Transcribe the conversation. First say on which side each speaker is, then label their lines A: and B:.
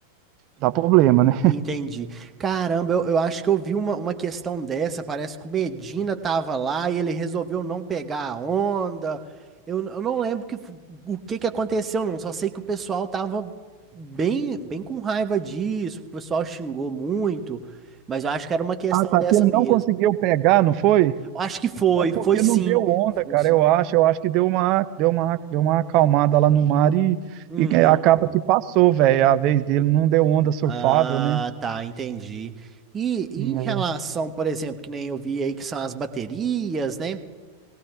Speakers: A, on the right; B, on the right.
A: dá problema, né?
B: entendi. Caramba, eu, eu acho que eu vi uma, uma questão dessa. Parece que o Medina tava lá e ele resolveu não pegar a onda. Eu, eu não lembro que, f- o que que aconteceu, não. Só sei que o pessoal tava bem, bem com raiva disso. O pessoal xingou muito, mas eu acho que era uma questão
A: Ah, tá.
B: dessa
A: Que ele
B: mesmo.
A: não conseguiu pegar, não foi?
B: Eu acho que foi,
A: É porque
B: foi sim.
A: não deu onda,
B: Foi
A: cara.
B: sim.
A: Eu acho, eu acho que deu uma, deu uma, deu uma acalmada lá no mar e,
B: Uhum.
A: e acaba que passou, velho. A vez dele não deu onda surfável,
B: Ah,
A: né?
B: tá, entendi. E em
A: Hum,
B: relação, por exemplo, que nem eu vi aí que são as baterias, né?